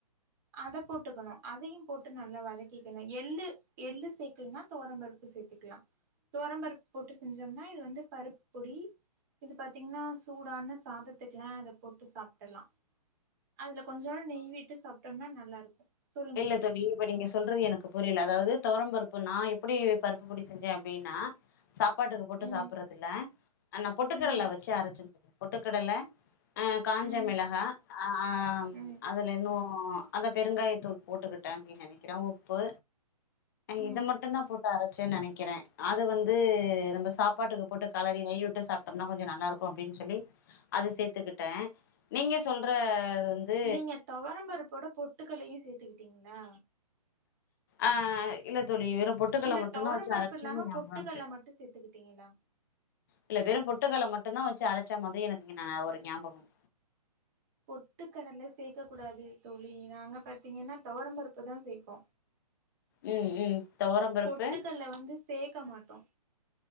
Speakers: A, on the right; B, on the left.
A: அத போட்டுகணு அதையு போட்டு நல்லா வதக்கிக்கணு எள்ளு எள்ளு சேக்கலைனா துவரம்பருப்பு சேர்த்துக்கல துவரம்பருப்பு போட்டு செஞ்சம்னா இது வந்து பருப்பு பொடி இது பாத்தீங்ன்னா சூடான சாதத்துக்ல்ல இத போட்டு சாப்பிடிற்லா அதுல கொஞ்சோன்டு நெய் விட்டு சாப் நல்லா இருக்கு சொல்லுங்க
B: இல்லே
A: தோழி
B: தோளி இப்ப நீங்க சொல்றது எனக்கு புரியல அதாவது தொவரம்பருப் இப்ப நா எப்புடி பருப்புப்பொடி செஞ்சே அப்புடின்னா சாப் சாப்பாட்டுக்கு போட்டு
A: ம்
B: சாப்டடுறதில்லே ஆனா பொட்டுக்கடலை
A: ம்
B: வச்சு அரைச்சிந் பொட்டுகடல ஆ காஞ்ச
A: ம்
B: மிளகா ஆ ஆ
A: ம்
B: அதுல இன்னு அந்த பெருங்காய தூள் போட்டுகிட்டே அப்புடின்னு நெனைக்கிறே உப்பு
A: ம்
B: இத மட்டுதா போட்டு அரைச்சே நெனைக்கிறே அது வந்து நம்ப சாப்பாட்டுக்கு போட்டு கலறி நெய் விட்டு சாப்பிட்டோம்னா கொஞ்சு நல்லா இருக்கு அப்புடின்னு சொல்லி அது சேர்த்துக்கிட்டே நீங்க சொல்ற வந்து
A: நீங்க தொவரம்பருப்போட பொட்டுகடலையு சேர்த்துகிட் தீங்னா
B: ஆஹ் இல்ல தோழி வெறு பொட்டுகல்ல
A: இல்ல
B: மட்டுதா
A: துவரம்பருப்பு
B: வச்சு அரைச்சுன்னு
A: இல்லாம
B: ஞாபகருக்கு
A: பொட்டுக்கல்ல மட்டு சேத்துக்கிட்டீங்களா
B: இல்ல வெறு பொட்டுகல்ல மட்டுதா வச் வச்சு அரைச்சா மாரி எனக்கு நா ஒரு ஞாபகம்
A: பொட்டு கடலே சேக்க கூடாது தோழி நாங்க பாத்தீங்கன்னா துவரம்பருப்புத சேப்போ
B: ம் ம் தொவரம்பருப்பு
A: பொட்டுகல்லே வந்து சேக்க மாட்டோ